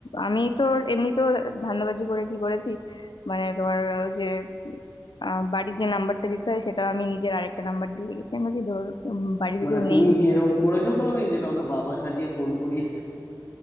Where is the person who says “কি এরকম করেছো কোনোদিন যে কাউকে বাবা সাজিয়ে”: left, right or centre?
Left